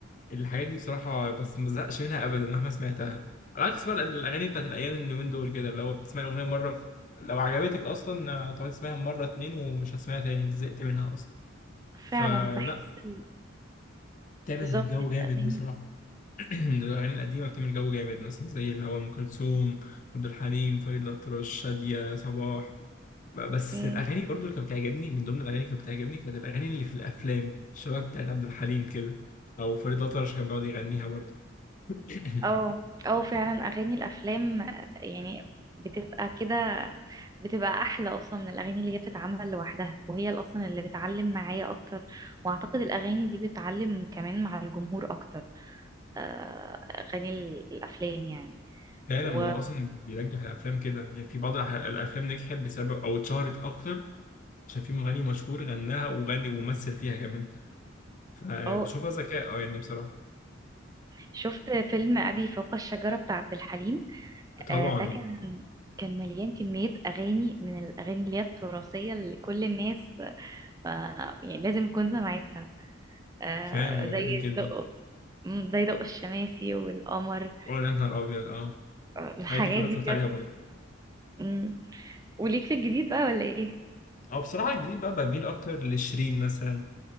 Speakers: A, on the left (about 40°); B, on the right (about 20°).
A: الحاجات دي بصراحة بس ما بزهقش منها أبدا مهما سمعتها على عكس بقى الأغاني بتاعت الأيام اليومين دول كده اللي هو بتسمعي الأغنية مرة لو عجبتك أصلا آه، هتقعدي تسمعيها مرة اتنين ومش هتسمعيها تاني زهقت منها أصلا فلا
B: فعلا بحس ال-
A: بتعمل
B: بالظبط
A: جو
B: الأغاني
A: جامد بصراحة <clears throat> الأغاني القديمة بتعمل جو جامد مثلا زي اللي هو أم كلثوم عبد الحليم فريد الأطرش شادية صباح ب- بس
B: مم.
A: الأغاني برضو اللي كانت بتعجبني من ضمن الأغاني اللي كانت بتعجبني كانت الأغاني اللي في الأفلام شباب بتاعت عبد الحليم كده أو فريد الأطرش كان بيقعد يغنيها برضو <clears throat>
B: اه اه فعلا اغاني الافلام يعني بتبقى كده بتبقى احلى اصلا من الاغاني اللي هي بتتعمل لوحدها وهي اللي اصلا اللي بتعلم معايا اكتر واعتقد الاغاني دي بتعلم كمان مع الجمهور اكتر آه، اغاني ال- الافلام يعني
A: فعلا
B: و
A: ما هو أصلا بينجح الأفلام كده يعني في بعض الأح- الأفلام نجحت بسبب أو اتشهرت أكتر عشان في مغني مشهور غناها وغني ومثل فيها كمان فبشوفها
B: اه
A: ذكاء أه يعني بصراحة
B: شفت فيلم ابي فوق الشجرة بتاع عبد الحليم
A: طبعا
B: آه، ده كان كان مليان كمية أغاني من الأغاني اللي هي التراثية اللي كل الناس آه، يعني لازم تكون سمعتها آه
A: فعلا هو
B: زي
A: جميل جدا
B: دق مم، زي دق الشماسي والقمر
A: ولا نهار أبيض آه.
B: آه، الحاجات
A: الحاجات دي كلها
B: دي
A: اتفرجت
B: بجد
A: عليها برضه
B: مم. وليك في الجديد بقى ولا ايه؟
A: او بصراحه الجديد بقى بميل اكتر لشيرين مثلا